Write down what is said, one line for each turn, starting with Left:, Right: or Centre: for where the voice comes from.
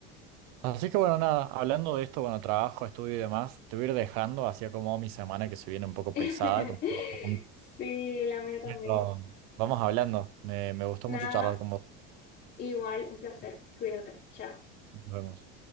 Right: Así que bueno, nada, hablando de esto, bueno, trabajo, estudio y demás, te voy a ir dejando, así como mi semana que se viene un poco
Left: <laughs>
Right: pesada con todo el
Left: Sí, la mía también.
Right: Pero vamos hablando. Me, me gustó
Left: Nada,
Right: mucho charlar con vos.
Left: igual, un placer. Cuídate. Chao.
Right: Nos vemos.